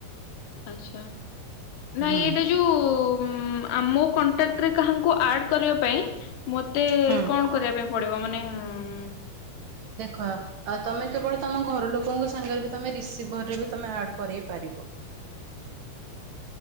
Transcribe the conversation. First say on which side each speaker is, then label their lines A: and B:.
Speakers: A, on the left (about 85°); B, on the right (about 75°).
A: ଆଛା ନାଇଁ
B: ହୁଁ
A: ଏଇଟା ଯୋଉ ଉମ ଆ ମୋ କଣ୍ଟାକ୍ଟ ରେ କାହାଙ୍କୁ ଆ ଆଡ଼ କରିବା ପାଇଁ ମତେ
B: ହୁଁ
A: କଣ କରିବା ପାଇଁ ପଡିବ ମାନେ ଉମ
B: ଦେଖ ଆଉ ତମେ କେବଳ ତମ ଘର ଲୋକଙ୍କ ସାଙ୍ଗରେ ବି ତମେ ରିସିଭରରେ ବି ତମେ ଆଡ କରେଇ ପାରିବ।
A: ହଁ <inaudible>